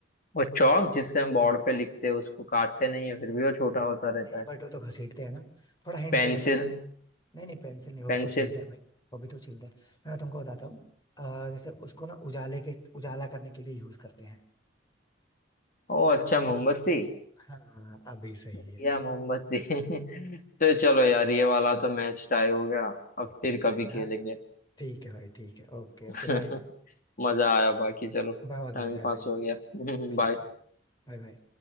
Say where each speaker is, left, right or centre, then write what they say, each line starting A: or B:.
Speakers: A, on the left; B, on the left.
A: वो चौक जिससे हम बोर्ड पे लिखते हैं उसको काटते नहीं है फिर भी वो छोटा होता
B: नहीं
A: रहता है
B: बट वो तो घसीटते हैं ना थोड़ा हिंट
A: पेंसिल
B: दे देता हूँ नहीं नहीं पेंसिल नहीं वो
A: पेंसिल
B: भी तो छीलते हैं भाई वो भी तो छीलते हैं मैं तुमको बताता हूँ अ, जैसे उसको ना उजाले के उजाला करने के लिए यूज करते हैं
A: ओ अच्छा मोमबत्ती
B: हाँ अभी सही
A: दिया
B: है
A: मोमबत्ती <laughs> तो चलो यार ये वाला तो मैच टाई हो गया अब फिर
B: बताएगा
A: कभी खेलेंगे
B: ठीक है भाई ठीक है ओके
A: <laughs>
B: ओके बाय
A: मजा आया बाकी चलो
B: बहुत
A: टाइम
B: मजा
A: पास
B: है भाई
A: हो गया <laughs>
B: ठीक
A: बाय
B: है Bye bye